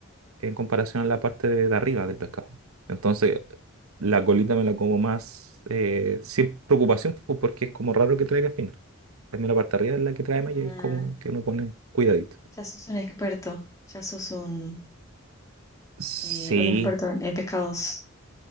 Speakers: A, on the right (about 80°); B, on the left (about 15°).
A: en comparación a la parte de, de arriba del pescado. Entonces, la colita me la como más eh, sin preocupación pues, porque es como raro que traiga espina. También la parte de arriba es la que trae malla
B: Ah,
A: y es como que uno pone cuidadito.
B: ya sos un experto, ya sos un,
A: Sí,
B: eh, un experto en en pescados.